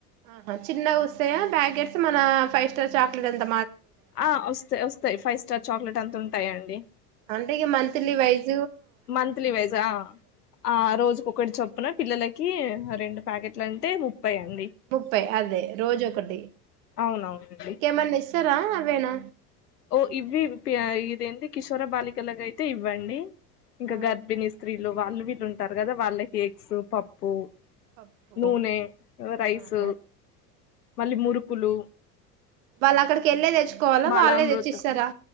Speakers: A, on the right; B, on the left.
A: ఆహా చిన్నగా వస్తాయా బ్యాగెట్స్ మన ఫైవ్ స్టార్ చాక్లెట్ ఎంత
B: ఆ వస్తయి వస్తాయి ఫైవ్ స్టార్ చాక్లలేట్ అంత టాయండి
A: అంటే మంత్లీ వైజ
B: మంత్లీ వైజా ఆ రోజుకటి చొప్పున పిల్లల రెండు ప్యాకెట్లు అంటే ము ప్పడి
A: ముప్పై అదే రోజు ఒకటి
B: అవునవునండి
A: ఇంకేమన్నా ఇస్తారా అవేనా
B: ఓ ఇవి ఏదిఎంది కిషోర బాలికలుగా అయితే ఇవ్వండి ఇంకా
A: ఆ
B: గర్భిణీ స్త్రీ వాళ్ళు వీళ్ళు ఉంటారు కదా వాళ్ళ కేక్స్ పప్పు
A: పప్పు
B: నూనె రైస్
A: ఆహా
B: మళ్ళీ మురుకులు
A: వాళ్ళు అక్కడికి వెళ్ళే తెచ్చుకోవాలా
B: బాలామృత్
A: వాళ్ళే తెచ్చిస్తారా